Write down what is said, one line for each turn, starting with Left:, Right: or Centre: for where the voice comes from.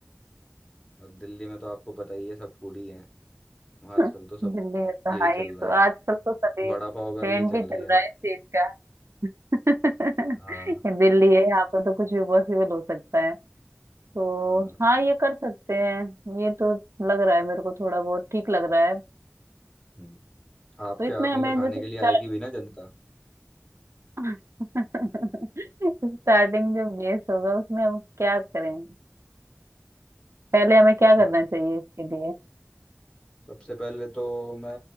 Left: और दिल्ली में तो आपको पता ही है सब फूडी हैं आजकल
Right: हाँ <laughs>
Left: तो सब
Right: दिल्ली का
Left: यही
Right: तो हाँ ये
Left: चल रहा
Right: तो
Left: है
Right: आजकल तो सभी
Left: वड़ा
Right: ट्रेंड
Left: पाव गर्ली चल
Right: भी चल
Left: रही है
Right: रहा
Left: आज
Right: है इस चीज का <laughs>
Left: हाँ
Right: ये दिल्ली है यहाँ पर तो कुछ भी पॉसिबल हो सकता है तो
Left: हाँ
Right: हाँ ये कर सकते हैं ये तो लग रहा है मेरे को थोड़ा बहुत ठीक लग रहा है
Left: हम्म। आपके
Right: तो इसमें
Left: हाथों
Right: हमें
Left: से खाने
Right: जैसे
Left: के
Right: स्टार्ट
Left: लिए आएगी भी ना जनता
Right: <laughs> स्टार्टिंग जो बेस होगा उसमें हम क्या करें पहले हमें
Left: किस्मत
Right: क्या करना चाहिए इसके लिए
Left: सबसे पहले तो मैं